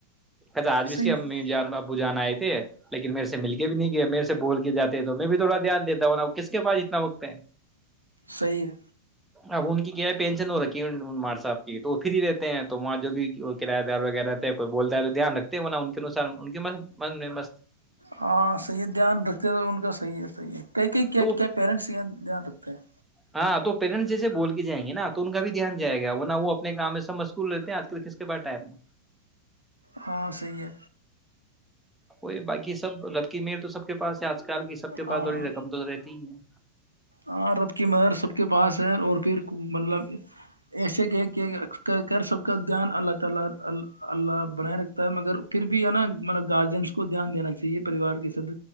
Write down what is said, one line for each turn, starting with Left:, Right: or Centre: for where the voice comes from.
Centre: کہ آج بھی اس
Right: صحیح
Centre: کی
Right: ہے
Centre: امی جان ب ب جانا آئے تھے لیکن میرے سے مل کے بھی نہیں گیا میرے سے بول کے جاتے تو میں بھی تھوڑا دھیان دیتا ہوں نا کس کے پاس ات وقت ہے
Right: صحیح ہے
Centre: اب ان کی کیا ہے پینشن ہو رکھی ہے مار صاحب کی تو وہ فری رہتے ہیں تو وہاں جو بھی وہ کرایہ دار وغیرہ رہتا کوئی بولتا ہے تو دھیان رکھتے ہیں وہ نا ان کے انسار ان کے من میں مست
Right: ہاں صحیح دھیان رکھتے ہیں تو ان کا صحیح ہے توی یہ کئی کئی کیا
Centre: تو
Right: پیرنٹس یہ دھیان رکھتے ہیں
Centre: ہاں تو پیرنٹس جیسے بول کے جائیں گے نا تو ان کا بھی دھیان جائے گا وہ نہ وہ اپنے کام میں سب مشکول رہتے ہیں آج کل کس کے پا ٹائم ہے
Right: ہاں صی ہے
Centre: وہ باقی سب ربکی میر تو سب کے پاس آ ک کی سب کے
Right: ہاں
Centre: پسھڑی رکھ تو رہتی ہی ہیں
Right: ہاں رب کی مہر سب کے پاس ہے اور پھر مطلب ایسے کہ کہ کہ کر سب کا دھیان الگ تلار ال اللہ بنائے رکھتا ہے مگر پھر بھی ہے نا مطلب گارجینس کو دھیان دینا چاہیے پریوار کے سد